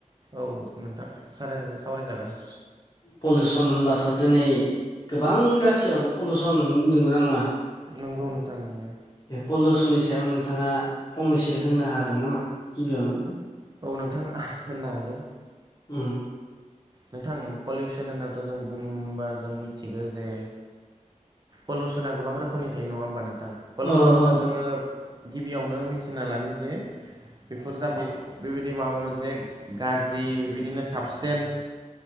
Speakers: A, on the right (about 30°); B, on the left (about 30°).
A: औ नोंथां सा सावरायजागोन
B: पलिुउसन होनबाथ' दिनै गोबां गासैयावबो पलिुउसन नंगौना नङा
A: नंगौ नोंथां नंगौ
B: बे पलिउसननि सायाव नोंथाङा फंनैसो होननो हागोन नामा गिबियावनो
A: औ नोंथां होननो हागोन
B: ओ
A: नोंथां पलिउसन होननाथ' जों बुंबा जों मिथिगौ जे पलुसना गोबां रोखोमनि थायो नङा होमबा नोंथां पलिुसनखौ
B: अ अ
A: जोङो गिबियावनो मिथिना लानो जे बेफोर जाबाय बेबायदि माबा मोनसे गाज्रि बिदिनो साबसटेन्स